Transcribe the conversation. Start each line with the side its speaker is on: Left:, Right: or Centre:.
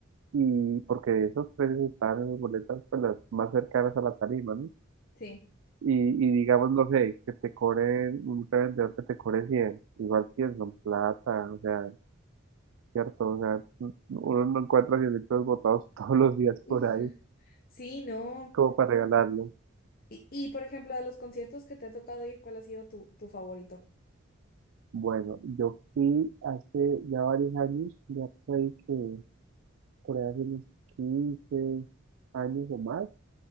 Right: y porque esos precios estaban en las boletas pues las más cercanas a la tarima, ¿no?
Left: sí.
Right: Y, y digamos, no sé, que te cobren, un revendedor que te cobre 100, igual 100 son plata, o sea, cierto, o sea, n- uno no encuentra 100 pesos botados <laughs> todos los días
Left: <laughs>
Right: por ahí,
Left: Sí, no.
Right: como para regalarlos.
Left: Y, y por ejemplo, de los conciertos que te ha tocado ir, ¿cuál ha sido tu, tu favorito?
Right: Bueno, yo fui hace ya varios años, ya por ahí que, por ahí hace unos quince años o más,